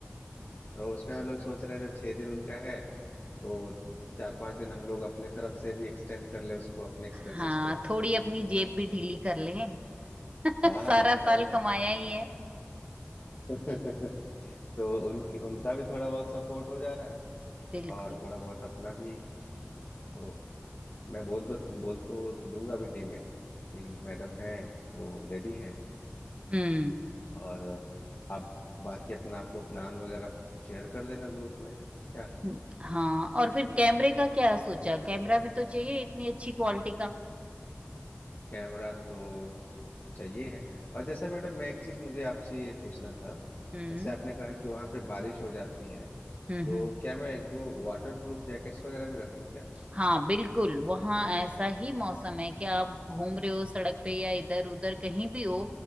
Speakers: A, on the left; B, on the right.
A: तो उसमें हम लोग सोच रहे हैं जब छह दिन उनका है तो चार पांच दिन हम लोग अपने तरफ से भी एक्सटेंड कर ले उसको अपने एक्सपेंसेस
B: हाँ
A: पे
B: थोड़ी अपनी जेब भी ढीली कर लें <laughs>
A: हाँ हाँ,
B: सारा
A: हाँ, और
B: साल
A: क्या
B: कमाया ही है
A: <laughs> तो उनकी उनका भी थोड़ा बहुत सपोर्ट हो जा रहा है
B: बिल्कुल
A: और थोड़ा बहुत अपना भी तो मैं बोल दो बोल तो दूंगा भी टीम में कि मैडम हैं वो रेडी हैं
B: हम्म
A: और आप बाकी अपना आपको प्लान वगैरह शेयर कर देना ग्रुप में क्या
B: हम्म, हाँ और फिर कैमरे का क्या सोचा कैमरा भी तो चाहिए इतनी अच्छी क्वालिटी का
A: कैमरा तो चाहिए है और जैसा मैडम मैं एक चीज़ मुझे आपसे ये पूछना था
B: हम्म
A: जैसे आपने कहा कि वहाँ पे बारिश हो जाती है तो
B: हम्म हम्म
A: क्या मैं एक दो वाटर प्रूफ जैकेट्स वगैरह भी रख लूँ क्या
B: हाँ बिल्कुल वहाँ ऐसा ही मौसम है कि आप घूम रहे हो सड़क पे या इधर उधर कहीं भी हो